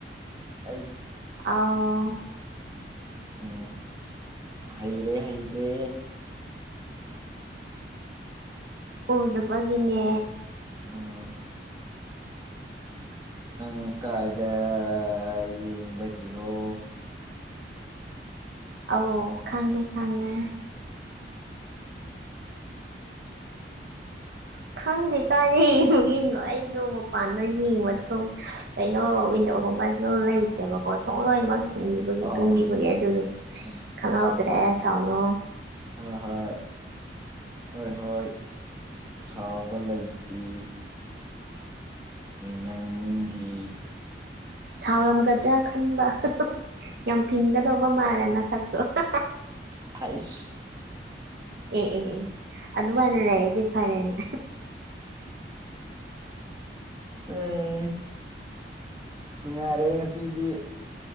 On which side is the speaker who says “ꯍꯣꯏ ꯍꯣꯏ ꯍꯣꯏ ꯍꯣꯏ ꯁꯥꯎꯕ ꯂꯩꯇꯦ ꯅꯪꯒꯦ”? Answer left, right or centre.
Right